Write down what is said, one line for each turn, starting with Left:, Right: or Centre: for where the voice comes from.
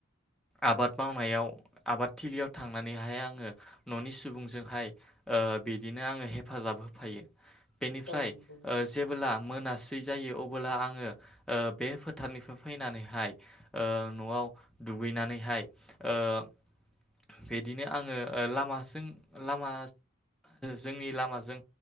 Centre: आबाद मावनायाव आबादथिलियाव थांनानैहाय आङो न'नि सुबुंजोंहाय बिदिनो आङो हेफाजाब होफायो। बेनिफ्राय
Left: औ नंगौ नोंथां
Centre: ओ‌ जेबोला मोनासै जायो अबोला आङो ओ बे फोथारनिफ्राय फैनानैहाय ओ न'आव दुगैनानैहाय ओ बिदिनो आङो ओ लामाजों लामा जोंनि लामाजों